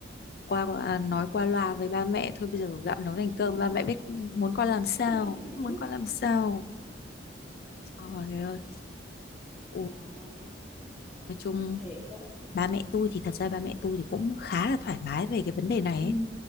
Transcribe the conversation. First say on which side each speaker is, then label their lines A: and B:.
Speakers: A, on the left (about 50°); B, on the left (about 25°).
A: qua qua- à, nói qua loa với ba mẹ thôi bây giờ gạo nấu thành
B: ừ.
A: cơm ba mẹ biết muốn con làm sao
B: <laughs>
A: muốn con làm sao trời ơi Ủa,
B: trời ơi,
A: nói chung
B: thiệt á,
A: ba mẹ tôi thì thật ra ba mẹ tôi thì cũng khá là thoải mái về cái vấn đề này
B: Ừ.
A: ấy.